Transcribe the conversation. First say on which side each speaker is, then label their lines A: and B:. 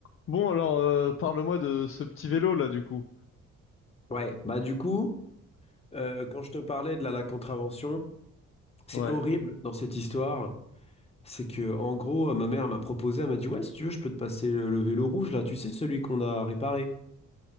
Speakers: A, on the left (about 45°); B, on the left (about 20°).
A: Bon, alors, euh, parle-moi de ce petit vélo là, du coup.
B: Ouais, bah du coup, euh, quand je te parlais de la, la contravention, c'est
A: Ouais.
B: horrible dans cette histoire. C'est que en gros, euh, ma mère m'a proposé, elle m'a dit, ouais, si tu veux, je peux te passer le, le vélo rouge là, tu sais, celui qu'on a réparé.